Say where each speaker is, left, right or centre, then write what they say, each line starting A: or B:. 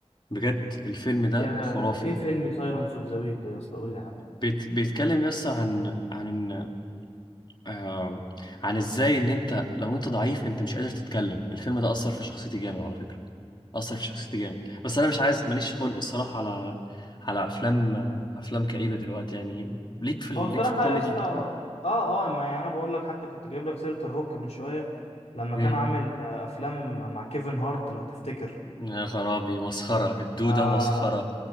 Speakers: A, on the left; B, on the left.
A: بجد الفيلم ده
B: ده
A: خرافي
B: ايه فيلم سايلنس اوف ذا ويك ده يا اسطى قول لي عنه
A: بيت بيتكلم يس عن عن ان آه عن ازاي ان انت لو انت ضعيف انت مش قادر تتكلم الفيلم ده اثر في شخصيتي جامد على فكره اثر في شخصيتي جامد بس انا مش عايز ماليش خلق الصراحه على على افلام افلام كئيبه دلوقتي يعني ليك في ال-
B: هو بصراحه
A: ليك في الكوميدي
B: يا اسطى اه اه ما يعني انا بقول لك حتى كنت جايب لك سيره الروك من شويه لما
A: امم
B: كان عامل آه، افلام مع كيفن هارت لو تفتكر
A: يا خرابي مسخره الدوده
B: ف
A: مسخره